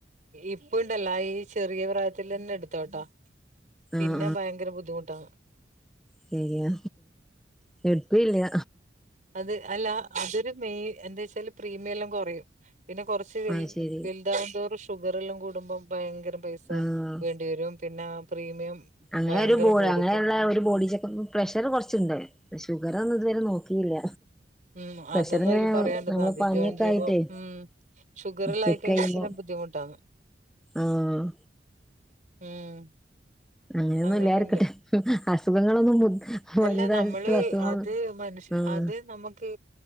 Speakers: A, on the right (about 45°); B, in the centre.
A: ഇപ്പൊ ഉണ്ടല്ലോ ഈ ചെറിയ പ്രായത്തിൽ തന്നെ എടുത്തോട്ടോ. പിന്നെ
B: ആഹ്
A: ഭയങ്കര ബുദ്ധിമുട്ടാണ്
B: ശെരിയ വെറുതെയല്ല
A: അത് അല്ല അതൊരു മെയിൻ എന്താ വെച്ചാല് പ്രീമിയം എല്ലാം കുറയും പിന്നെ കുറ ച്ച് വെൽ
B: ആഹ് ശരി
A: വെലുതാവും തോറും ഷുഗറെല്ലാം കൂടുമ്പോം ഭയങ്കര പൈ സ
B: ആഹ്
A: വേണ്ടി വരും പിന്നെ ആ പ്രീമിയം
B: അങ്ങനെ
A: ഭയങ്കരം
B: ഒരു ബോ
A: കൂടുന്നു
B: അങ്ങനെയുള്ള ഒരു ബോഡി ചെക്ക് അപ്പ്‌ പ്രഷർ കുറച്ചുണ്ട് ഷുഗർ ഒന്നും ഇതുവരെ നോക്കിയില്ല.
A: ഉംഹ്
B: പ്രഷറിങ്ങനെ
A: അതൊന്നും അയില് പറയാണ്ടിരുന്നാ
B: നമ്മള്
A: മതി
B: പനിയൊക്കെ
A: ജോയിൻ ചെയ്യുമ്പോം
B: ആയിട്ടേ
A: ഉംഹ് ഷുഗറ് എല്ലാം
B: ചെക്ക്
A: ആയി കഴിഞ്ഞാൽ
B: ചെയ്യുമ്പോ
A: പിന്നെ ബുദ്ധിമുട്ടാണ്
B: ആഹ്
A: ഉം
B: അങ്ങനെയൊന്നും
A: അങ്ങനെണ്ട്
B: ഇല്ലാതെ ഇരിക്കട്ടെ അസുഖങ്ങളൊന്നും
A: അല്ല
B: വലിയതായിട്ടുള്ള
A: നമ്മള്
B: അസുഖങ്ങളൊന്നും
A: അത് മനുഷ്യ
B: ആഹ്
A: അത് നമ്മുക്ക്